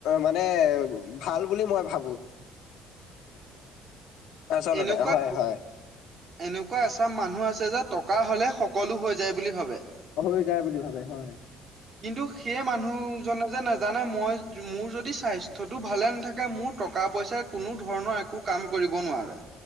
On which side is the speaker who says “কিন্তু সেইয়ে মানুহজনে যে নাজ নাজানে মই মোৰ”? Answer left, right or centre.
Right